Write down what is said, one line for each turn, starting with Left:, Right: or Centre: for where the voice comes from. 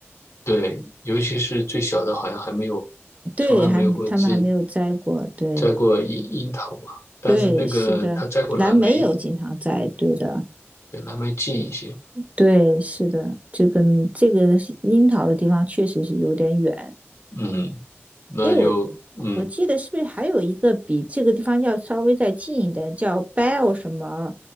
Left: 对，尤其是最小的，好像还没有，
Right: 对，
Left: 从来没有过自
Right: 还他们还没有摘过。对
Left: 摘过樱樱桃嘛。但是那个他摘过蓝莓，
Right: 对，是的，蓝莓有经常摘，对的。
Left: 对，蓝莓近一些。
Right: 对，是的，这个这个樱桃的地方确实是有点远，
Left: 嗯，那就嗯。
Right: 哎，我我记得是不是还有一个比这个地方要稍微再近一点，叫 b e l l 什么